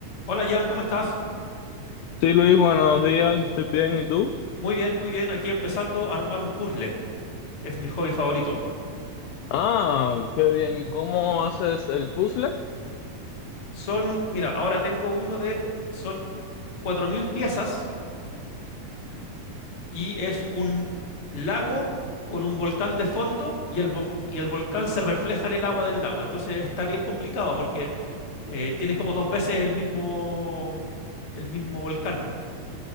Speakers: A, on the left; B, on the left.
A: Hola Jan, ¿cómo estás?
B: Sí, Luis, buenos días, estoy bien, ¿y tú?
A: Muy bien, muy bien. Aquí empezando a armar un puzzle. Es mi hobby favorito.
B: Ah, qué bien, ¿y cómo haces el puzzle?
A: Son, mira, ahora tengo uno de, son 4.000 piezas y es un lago con un volcán de fondo y el, vol- y el volcán se refleja en el agua del lago. Entonces está bien complicado porque eh, tienes como dos veces el mismo, el mismo volcán.